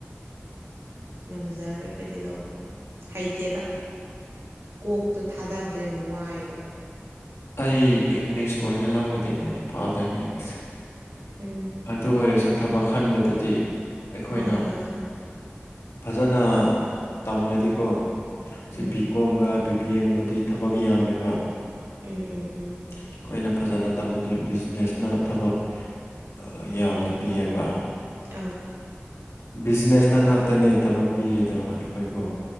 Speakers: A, on the right; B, on the left.
A: ꯉꯝꯖꯔꯣꯏ ꯑꯩꯈꯣꯏꯗꯤ ꯂꯧꯕ ꯍꯩꯇꯦꯕ ꯀꯣꯛꯇꯣ ꯊꯥꯗꯕꯗꯣ ꯌꯥꯝ ꯋꯥꯏꯌꯦꯕ
B: ꯑꯩ ꯏꯪꯂꯤꯁ ꯑꯣꯏꯅ ꯂꯧꯔꯗꯤ ꯑꯩꯖꯨ ꯄꯥꯗꯣꯏꯅꯦ ꯑꯁ
A: ꯎꯝ
B: ꯑꯗꯨ ꯑꯣꯏꯔꯁꯨ ꯊꯕꯛ ꯈꯥꯟꯕꯗꯗꯤ ꯑꯩꯈꯣꯏꯅ
A: ꯍꯣꯏ ꯍꯣꯏ ꯍꯣꯏ
B: ꯐꯖꯅ ꯇꯝꯔꯗꯤꯀꯣ ꯁꯤ
A: ꯎꯝ
B: ꯕꯤ ꯀꯣꯝꯒ ꯕꯤ ꯄꯤꯌꯦ ꯒꯨꯝꯕꯗꯤ ꯊꯕꯛ ꯌꯥꯝꯃꯦꯕ
A: ꯎꯝ ꯎꯝ ꯎꯝ
B: ꯑꯩꯈꯣꯏꯅ ꯐꯖꯅ ꯇꯝꯂꯗꯤ ꯕꯤꯖꯤꯅꯦꯁꯅ ꯊꯕꯛ ꯑꯥ ꯌꯥꯝꯅ ꯄꯤꯌꯦꯕ
A: ꯇꯧ
B: ꯕꯤꯖꯤꯅꯦꯁꯅ ꯉꯥꯛꯇꯅꯦ ꯊꯕꯛ ꯄꯤꯔꯤꯗꯣ ꯑꯩꯈꯣꯏꯕꯨ